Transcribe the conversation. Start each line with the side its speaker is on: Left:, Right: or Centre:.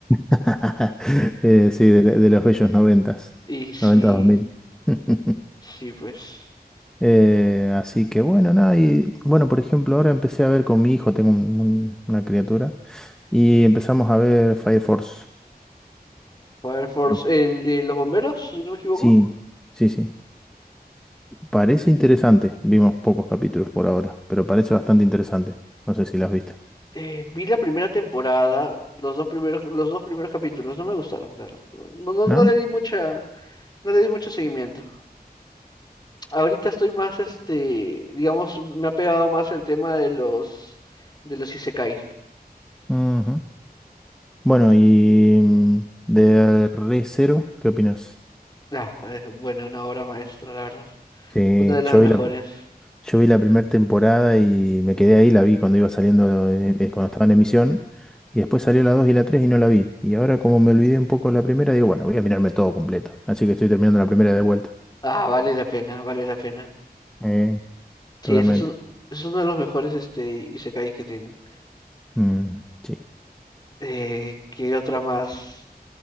Centre: <laughs> Eh, sí, de, de los bellos noventas,
Left: Y sí,
Centre: noventas dos mil. <laughs>
Left: sí, pues.
Centre: Eh, así que bueno, nada, y bueno, por ejemplo, ahora empecé a ver con mi hijo, tengo un- un- una criatura, y empezamos a ver Fire Force.
Left: Fire Force,
Centre: No sé.
Left: el de los bomberos, si no me equivoco.
Centre: Sí, sí, sí. Parece interesante, vimos pocos capítulos por ahora, pero parece bastante interesante. No sé si la has visto,
Left: Eh, vi la primera temporada, los dos primeros, los dos primeros capítulos, no me gustaron, claro. No, no, no
Centre: ¿no?
Left: no le di mucha, no le di mucho seguimiento. Ahorita estoy más, este, digamos, me ha pegado más el tema de los, de los Isekai.
Centre: Ujú. Bueno,
Left: Ah, sí.
Centre: y mm, de Re Zero, ¿qué opinas?
Left: Ah, eh, bueno, una obra maestra, la verdad.
Centre: Sí,
Left: Una de las
Centre: yo
Left: mejores.
Centre: vi la, Yo vi la primera temporada y me quedé ahí, la vi cuando iba saliendo, eh, eh, cuando estaba en emisión, y después salió la 2 y la 3 y no la vi. Y ahora como me olvidé un poco de la primera, digo, bueno, voy a mirarme todo completo. Así que estoy terminando la primera de vuelta.
Left: Ah, vale la pena, vale la pena.
Centre: Eh,
Left: Sí,
Centre: totalmente.
Left: ese es, un- ese es uno de los mejores este, isekais que tienen.
Centre: Mm, sí.
Left: Eh, ¿qué otra más?